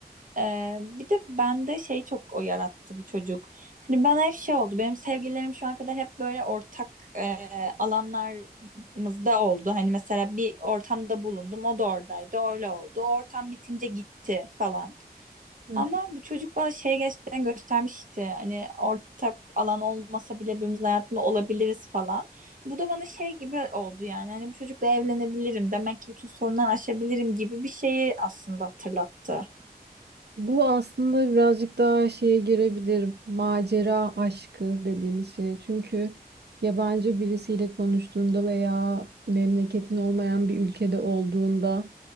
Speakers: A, on the right; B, on the right.
A: Ee, bir de bende şey çok o yarattı bu çocuk. Hani bana hep şey oldu. Benim sevgililerim şu ana kadar hep böyle ortak e, alanlarımızda oldu. Hani mesela bir ortamda bulundum. O da oradaydı. Öyle oldu. O ortam bitince gitti falan.
B: Hı.
A: Ama bu çocuk bana şey gerçekten göstermişti. Hani ortak alan olmasa bile birbirimizin hayatında olabiliriz falan. Bu da bana şey gibi oldu yani. Hani bu çocukla evlenebilirim. Demek ki bütün sorunları aşabilirim gibi bir şeyi aslında hatırlattı.
B: Bu aslında birazcık daha şeye girebilir. Macera aşkı dediğimiz şey. Çünkü yabancı birisiyle konuştuğunda veya memleketin olmayan bir ülkede olduğunda